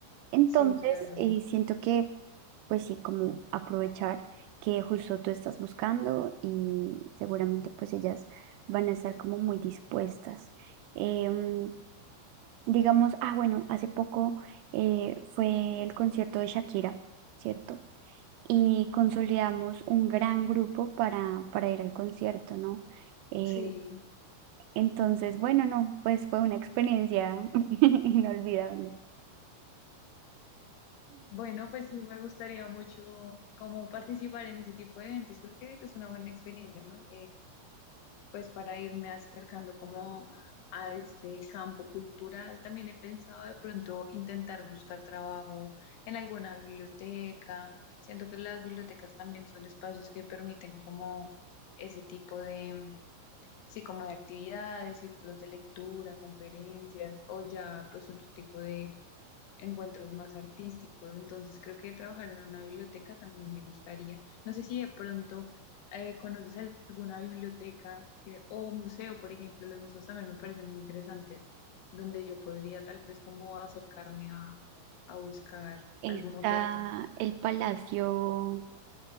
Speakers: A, on the right; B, on the left.
A: Entonces,
B: Sí, claro.
A: eh, siento que pues sí, como aprovechar que justo tú estás buscando y seguramente pues ellas van a estar como muy dispuestas. Em, digamos, ah, bueno, hace poco eh, fue el concierto de Shakira, ¿cierto? Y consolidamos un gran grupo para, para ir al concierto, ¿no? Eh,
B: Sí.
A: entonces, bueno, no, pues fue una experiencia <laughs> inolvidable.
B: Bueno, pues sí, me gustaría mucho como participar en ese tipo de eventos. Creo que es una buena experiencia, ¿no? pues para irme acercando como a este campo cultural. También he pensado de pronto intentar buscar trabajo en alguna biblioteca. Siento que las bibliotecas también son espacios que permiten como ese tipo de, mm, sí, como de actividades, círculos de lectura, conferencias o ya pues otro tipo de encuentros más artísticos. Entonces creo que trabajar en una biblioteca también me gustaría. No sé si de pronto eh, conoces alguna biblioteca que- o museo, por ejemplo, los museos también me parecen muy interesantes, donde yo podría tal vez como acercarme a, a buscar
A: <laughs> Está
B: alguna oferta.
A: el Palacio.